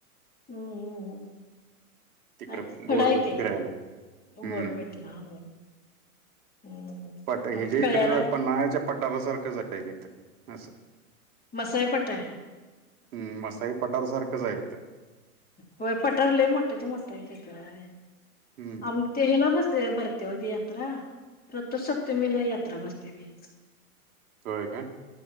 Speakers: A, on the left (about 20°); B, on the right (about 70°).
A: हम्म हम्म हम्म
B: तिकडे
A: नाही फडय
B: बोरबेट
A: ते,
B: फिरायला
A: उभोर
B: हम्म
A: भेटला अ हम्म,
B: पट हे
A: आणि
B: जे
A: कळ्याला
B: इकडे पन्हाळ्याच्या पठारासारखंच हाय तिथं असं.
A: मसाई पठार आहे
B: हम्म, मसाई पठारसारखंच आहे तिथं.
A: व्हय, पठार लय मोठ्ठच्या मोठ्ठ आहे तिथं व्हय,
B: हम्म
A: आम ते हेला बसते भरते ओ ती यात्रा, रथसप्तमीला यात्रा बसते ती.
B: होय काय?